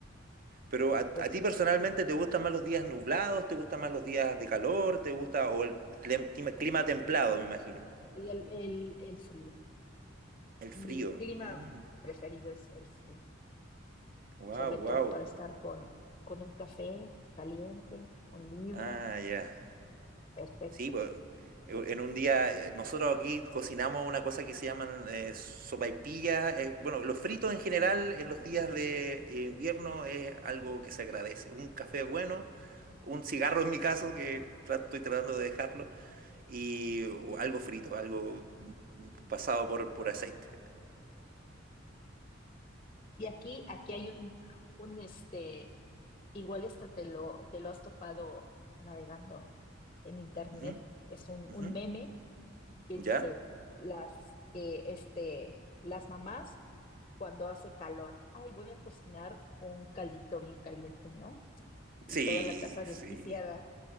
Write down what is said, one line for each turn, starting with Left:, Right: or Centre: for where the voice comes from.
Right: Pero a,
Left: entonces
Right: a ti personalmente te gustan más los días nublados, te gustan más los días de calor, te gusta o el clem- clima, clima templado, me imagino.
Left: y el, el, el frío.
Right: El frío.
Left: Mi clima
Right: Mm,
Left: preferido es el frío,
Right: wow,
Left: sobre
Right: wow.
Left: todo para estar con, con un café caliente, un libro,
Right: Ah, ya.
Left: perfecto.
Right: Sí, pues, en en un día eh, nosotros aquí cocinamos una cosa que se llaman eh, sopaipillas. eh, bueno, los fritos en general en los días de eh, invierno es algo que se agradece. Un café bueno, un cigarro en mi caso, que tra- estoy tratando de dejarlo. y o algo frito, algo pasado por, por aceite.
Left: Y aquí, aquí hay un, un este, igual esto te lo, te lo has topado navegando en internet,
Right: Ujú,
Left: es un, un
Right: ujú.
Left: meme que
Right: ¿Ya?
Left: dice las que este, las mamás cuando hace calor, ay, voy a cocinar un caldito bien caliente, ¿no? Y
Right: Sí,
Left: toda la casa desquiciada,
Right: sí.